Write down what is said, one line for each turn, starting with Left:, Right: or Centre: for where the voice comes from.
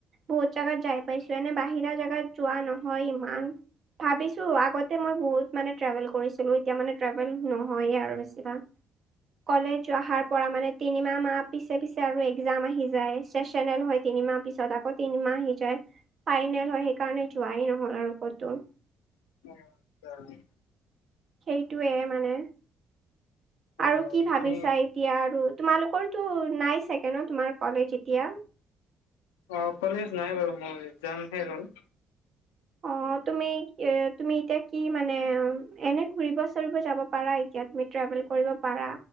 Right: বহুত জোগাত যাই পাইছো। এনে বাহিৰা জেগাত যোৱা নহয় ইমান ভাবিছো আগতে মই বহুত মানে ট্ৰেভেল কৰিছিলো। এতিয়া মানে ট্ৰেভেল নহয়ে আৰু বেছি বা কলেজ অহাৰ কৰা মানে তিনিমাহ মাহ পিছে পিছে আৰু একজাম আহি যায় চেচনেল হয় তিনিমাহ পিছত আগত তিনিমাহ সি যায় ফাইনেল হয় সেইকাৰণে যোৱাই নহল আৰু ক'তো
Left: উম
Right: সেইটোৱে মানে
Left: অ
Right: আৰু কি ভাবিছা
Left: মানে
Right: এতিয়া আৰু তোমালোকৰতো নাই চাগে ন, তোমাৰ কলেজ এতিয়া।
Left: অ', কলেজ নাই বাৰু, মোৰ এক্সজাম শেষ হ'ল।
Right: অ', তুমি এ, তুমি এতিয়া কি মানে, এনে ফুৰিব-চুৰিব যাব পাৰা এতিয়া তুমি ট্ৰেভেল কৰিব পাৰা।